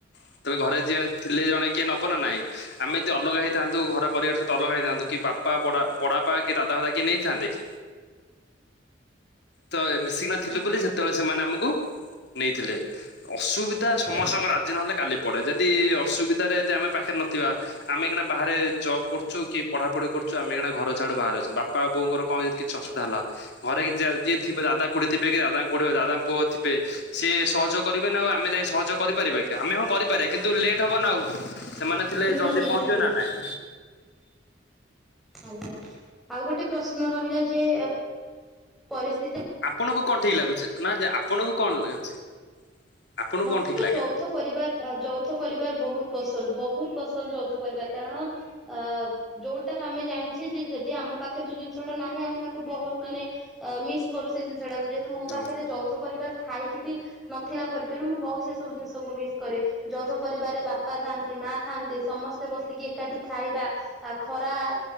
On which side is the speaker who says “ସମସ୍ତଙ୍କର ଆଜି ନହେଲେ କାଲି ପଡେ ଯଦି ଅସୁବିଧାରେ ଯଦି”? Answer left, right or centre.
Left